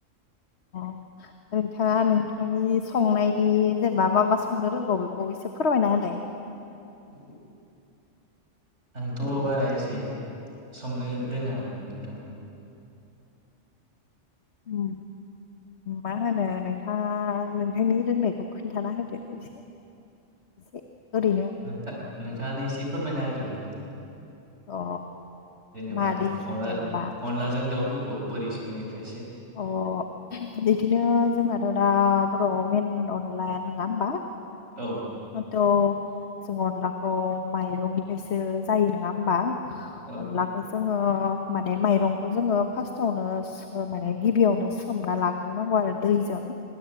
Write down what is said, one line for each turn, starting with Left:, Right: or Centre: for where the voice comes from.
Left: नोंथांङा नोंथांनि संनायनि जेनेबा मा मा संनो रोंगौ बेखौ एसे फोरमायना होलाय
Right: <inaudible> आंथ' बारा एसे संनो रोंङा नोंथां।
Left: उम मा होनो नोंथांङा नोंथांनि रोंनायखौ खोन्थाना होदो एसे? एसे ओरैनो
Right: नोंथा नोंथांङानो एसे फोरमायना होदों नामा?
Left: अ
Right: जेनेबा
Left: मादि
Right: अनलाजों
Left: जेन'बा
Right: दाउफोरखौ बोरै संङयो एसे
Left: अ बिदिनो जोंनाथ' दा बर'आव मेन अनलाया नंङा होमबा।
Right: औव
Left: दाथ' जोंडोंग ला थ' माइरंनिफ्रायसो जायो नंङा होमबा
Right: औ
Left: अनला जोंङो माने माइरंखौ जोंङो फार्स्टावनो माने गिबियावनो सोमना लाग सुनांगौ आरो दैजों